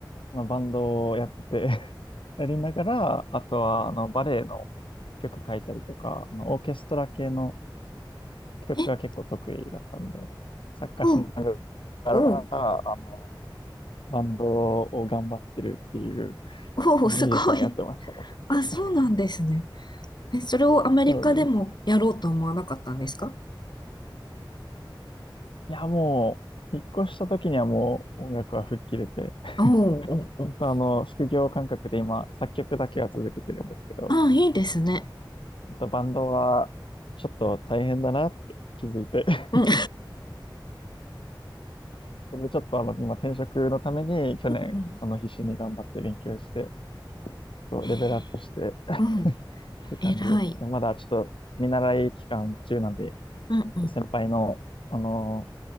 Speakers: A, on the left (about 85°); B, on the left (about 60°).
A: まあの、バンドをやってて <laughs> やりながら、あとは、あの、バレエの曲書いたりとか、あの、オーケストラ系の曲が結構得意だったんで、
B: え、
A: 作家しな
B: うん、
A: がら、
B: うん、
A: あの、バンドを頑張ってるっていう、
B: おお、
A: ミュージシャンやってました、
B: すごい。
A: もともと。
B: あ、そうなんですね。え、それをアメリカでもやろうと思わなかったんですか
A: そうです。いや、もう、引っ越した時にはもう音楽は吹っ切れて、
B: おお、おーおー。
A: 本当あの、副業感覚で今、作曲だけは続けてるんですけど、
B: あ、いいですね。
A: 本当バンドはちょっと大変だなって気づいて <laughs>
B: うん。
A: それでちょっとあの、今転職のために去年、
B: <laughs> うんうん
A: あの、必死に頑張って勉強して、そうレベルアップして
B: えー
A: <laughs> っ
B: うん
A: て感じです。
B: 偉い。
A: でまだちょっと見習い期間中なんで、
B: うんうん。
A: 先輩の、あの、